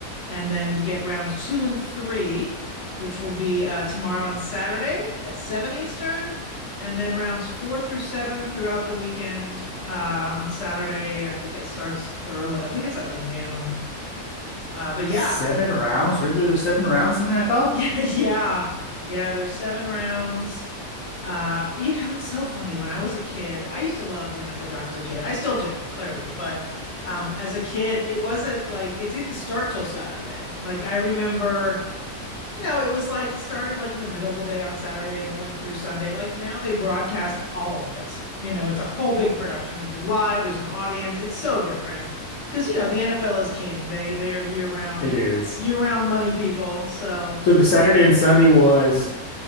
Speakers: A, on the left (about 25°); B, on the left (about 65°).
A: and then we get rounds two and three, which will be uh, tomorrow and Saturday at 7 Eastern, and then rounds four through seven throughout the weekend. Uh, on Saturday, I think it starts early. I think it's at like noon. Uh, but yeah,
B: Seven rounds? Really? There's seven rounds in the NFL?
A: Yeah, <laughs> yeah, yeah. There's seven rounds. Uh, you know, it's so funny. When I was a kid, I used to love the NFL draft as a kid. I still do, clearly, but um, as a kid, it wasn't like it didn't start till Saturday. Like I remember, you know, it was like it started like in the middle of the day on Saturday and it went through Sunday. Like now they broadcast all of it. You know, it's a whole big production and they're live. There's an audience. It's so different because you know the NFL is king. They they are year round,
B: It is.
A: year round money people. So.
B: So the Saturday and Sunday was